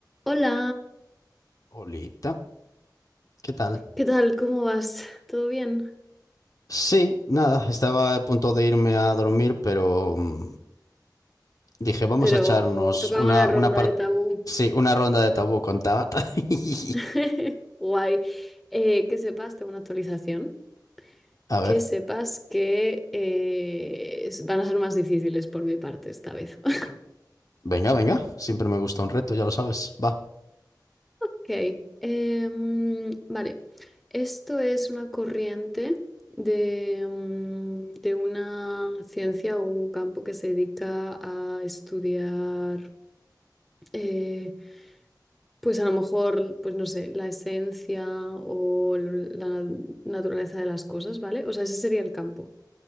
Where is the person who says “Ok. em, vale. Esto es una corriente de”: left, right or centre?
Centre